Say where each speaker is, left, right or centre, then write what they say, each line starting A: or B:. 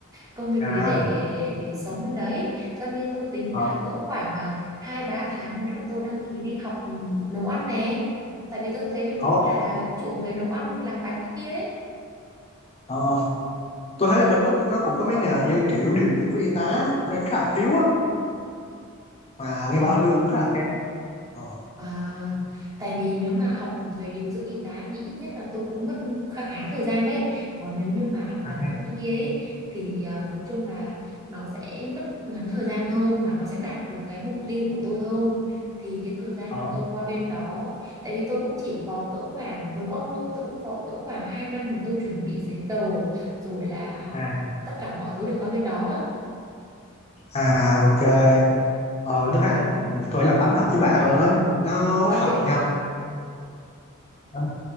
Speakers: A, on the right; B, on the left.
A: công việc
B: à
A: gì để để sống bên đấy cho nên tôi tính
B: ờ,
A: là cỡ khoảng à, hai ba tháng nữa là tôi đăng ký đi học ừ, nấu ăn nè tại vì tôi thấy bên Úc
B: ổn.
A: là chuộng về nấu ăn làm bánh này kia ấy
B: Ờ. tôi thấy là bên Úc nó cũng có mấy nghề như kiểu điều dưỡng với y tá cũng đang khá là thiếu á mà nghe
A: ờ
B: bảo là lương cũng khá là cao ờ.
A: À, tại vì nếu mà học về điều dưỡng y tá thì ít nhất là tôi cũng mất khá khá thời gian đấy. Còn nếu như mà học
B: à,
A: làm bánh này kia ấy thì à, nói chung là nó sẽ mất ngắn thời gian hơn mà nó sẽ đạt được cái mục tiêu của tôi hơn. Thì cái thời gian
B: ờ,
A: mà tôi qua bên đó, tại vì tôi cũng chỉ có cỡ khoảng giống ông thôi, tôi cũng có cỡ khoảng 2 năm để tôi chuẩn bị giấy tờ rồi là học
B: à,
A: tất cả mọi thứ để qua bên đó.
B: à ok ờ tôi thấy là tôi làm bánh hợp với bà hơn ấy nó
A: Sao
B: học
A: biết
B: nhanh à,